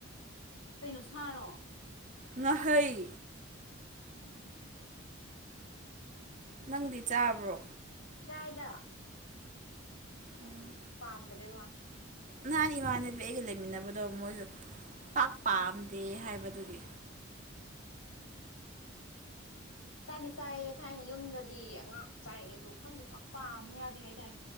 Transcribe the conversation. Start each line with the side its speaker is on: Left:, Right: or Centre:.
Left: ꯀꯩꯅꯣ ꯁꯥꯔꯣ
Right: ꯉꯍꯩ
Left: ꯎꯝ
Right: ꯅꯪꯗꯤ ꯆꯥꯕ꯭ꯔꯣ
Left: ꯀꯥꯗ
Right: ꯎꯝ
Left: ꯄꯥꯝꯗꯕꯩ ꯋꯥꯅꯤ꯫
Right: ꯅꯍꯥꯟ ꯏꯃꯥꯟꯅꯕꯤ ꯑꯩꯒ ꯂꯩꯃꯤꯟꯅꯕꯗꯣ ꯃꯣꯏꯁꯨ ꯄꯥꯛ ꯄꯥꯝꯗꯦ ꯍꯥꯏꯕꯗꯨꯒꯤ꯫
Left: ꯎꯝ꯫ ꯆꯥꯗꯤ ꯆꯥꯏꯌꯦ ꯊꯥꯏꯅ ꯌꯨꯝꯗꯗꯤ ꯑꯉꯥꯛ ꯆꯥꯔꯛꯑꯦ ꯑꯗꯣ ꯈꯪꯗꯤꯦ ꯄꯥꯛ ꯄꯥꯝꯨ ꯌꯥꯗꯦ ꯍꯥꯏꯇꯥꯔꯦ꯫